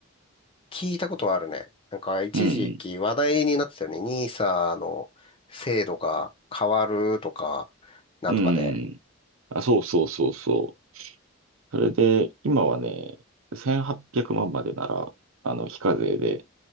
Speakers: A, on the left; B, on the right.
A: 聞いたことはあるね。なんか、一時期話題になってたよね。
B: うん。
A: ニーサの制度が変わるとか、なんとかで。
B: うん。あ、そうそうそうそう。それで、今はね、1800万まんまでなら、あの、非課税で